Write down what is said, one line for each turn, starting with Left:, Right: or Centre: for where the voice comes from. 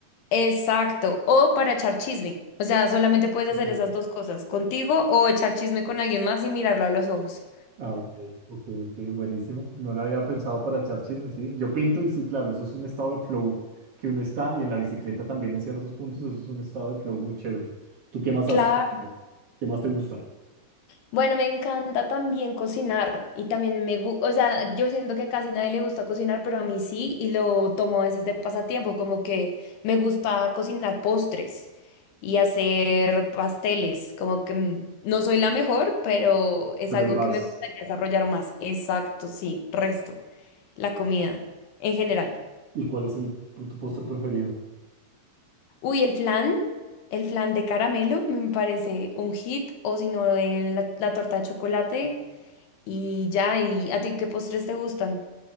Left: Exacto, o para echar chisme. O sea, solamente puedes
Right: Ok.
Left: hacer esas dos cosas, contigo o echar chisme con alguien más y mirarlo a los ojos.
Right: Ah, ok, ok, ok, buenísimo. No lo había pensado para echar chisme, sí. Yo pinto y sí, claro, eso es un estado de flow que uno está y en la bicicleta también en ciertos puntos, eso es un estado de flow muy chévere. ¿Tú qué más
Left: Claro.
Right: haces? ¿Qué más te gusta?
Left: Bueno, me encanta también cocinar y también me gusta, o sea, yo siento que casi nadie le gusta cocinar, pero a mí sí y lo tomo a veces de pasatiempo, como que me gusta cocinar postres y hacer pasteles, como que mm, no soy la mejor, pero es
Right: Pero
Left: algo
Right: ahí vas.
Left: que me gustaría desarrollar más. Exacto, sí, resto, la comida en general.
Right: ¿Y cuál es el, tu postre preferido?
Left: Uy, el flan, el flan de caramelo me parece un hit, o si no, eh, la, la torta de chocolate y ya, ¿y a ti qué postres te gustan?